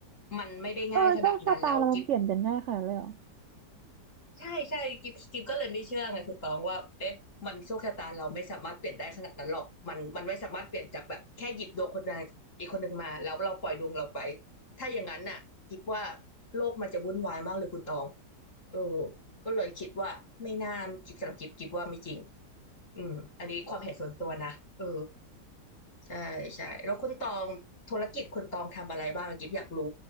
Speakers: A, on the left (about 45°); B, on the right (about 70°).
A: มันไม่ได้ง่ายขนาดนั้นแล้วกิฟ
B: เออโชคชะตาเรามันเปลี่ยนกันง่ายขนาดนั้นเลยเหรอ
A: ใช่ใช่กิฟกิฟก็เลยไม่เชื่อไงคุณตองว่าเอ๊ะมันโชคชะตาเราไม่สามารถเปลี่ยนได้ขนาดนั้นหรอกมันมันไม่สามารถเปลี่ยนจากแบบแค่หยิบดวงคนใดอีกคนหนึ่งมาแล้วเราปล่อยดวงเราไปถ้าอย่างนั้นน่ะกิฟว่าโลกมันจะวุ่นวายมากเลยคุณตองเออก็เลยคิดว่าไม่น่ากิฟสำหรับกิฟกิฟว่าไม่จริงอืมอันนี้ความเห็นส่วนตัวนะเออใช่ใช่แล้วคุณตองธุรกิจคุณตองทำอะไรบ้างกิฟอยากรู้